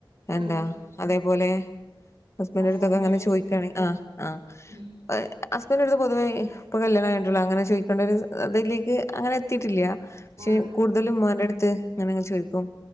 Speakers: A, on the left; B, on the right.
A: എന്താ
B: ആഹ്
A: അതേപോലെ ഹസ്ബന്റടുത്തൊക്കെ
B: ഹസ്ബന്റിന്റെടുത്ത്
A: ഇങ്ങനെ ചോയ്ക്കയാണെ ആഹ് ആഹ്
B: ഉം
A: ഏഹ് ഹസ്ബന്റടുത്ത് പൊതുവേ ഇപ്പൊ കല്യാണം കഴിഞ്ഞിട്ടൊള്ളൂ അങ്ങനെ ചോദിക്കണ്ട ഒരു ഇതിലേക്ക് അങ്ങനെ എത്തിയിട്ടില്ല പക്ഷേ
B: ആഹ്
A: കൂടുതലും ഇമ്മാൻ്റെ അടുത്ത് ഇങ്ങനങ്ങ് ചോദിക്കും